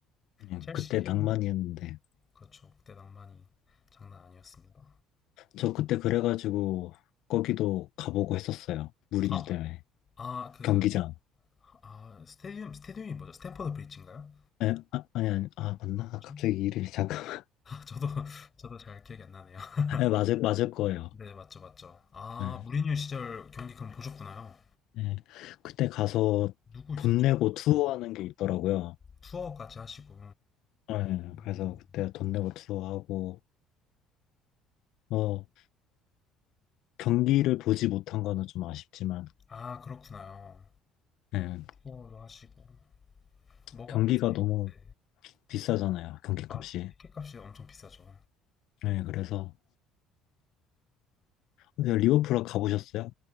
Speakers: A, on the left; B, on the left.
A: 예,
B: 첼시
A: 그때 낭만이었는데,
B: 그렇죠. 그때 낭만이 장난 아니었습니다.
A: 저 그때 그래가지고, 거기도 가보고 했었어요. 무리뉴
B: 아,
A: 때문에.
B: 아, 그,
A: 경기장.
B: 아, 스테디움, 스테디움이 뭐죠? 스탠퍼드 브리지인가요?
A: 예, 아, 아니, 아니, 아, 맞나?
B: 아, 뭐죠?
A: 갑자기
B: <laughs>
A: 이름이 잠깐만.
B: 저도, 저도 잘 기억이 안 나네요. <laughs>
A: <laughs> 예, 맞을, 맞을 거예요.
B: 네, 맞죠, 맞죠. 아,
A: 네.
B: 무리뉴 시절 경기 그럼 보셨구나요?
A: 네. 그때 가서
B: 누구 있었죠?
A: 돈 내고 투어하는 게 있더라고요.
B: 투어까지 하시고.
A: 네.
B: 음,
A: 그래서 그때 돈 내고 투어하고, 뭐, 경기를 보지 못한 거는 좀 아쉽지만,
B: 아, 그렇구나요.
A: 네.
B: 투어도 하시고. 뭐가,
A: 경기가
B: 인상.
A: 너무
B: 네.
A: 비싸잖아요. 경기값이.
B: 아, 티켓값이 엄청 비싸죠.
A: 네. 그래서, 근데 리버풀 가보셨어요?